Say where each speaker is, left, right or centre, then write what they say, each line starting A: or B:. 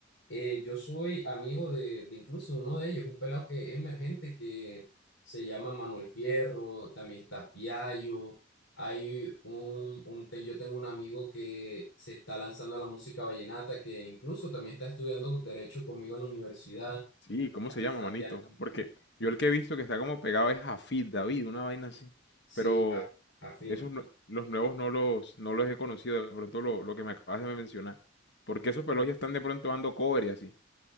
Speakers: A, on the left; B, on the left.
A: Eh, yo soy amigo de, de incluso uno de ellos, un pelado que es emergente que se llama Manuel Fierro, también está Fiallo, hay un, un, te- yo tengo un amigo que se está lanzando a la música vallenata, que incluso también está estudiando derecho conmigo en la universidad,
B: Sí, ¿cómo se llama,
A: Sebastián,
B: manito? Porque yo el que he visto que está como pegado es Jafid David, una vaina así.
A: sí,
B: Pero
A: a- afín.
B: esos nue- los nuevos no los, no los he conocido, de pronto lo, lo que me acabas de mencionar. Porque esos pelos ya están de pronto dando cover y así.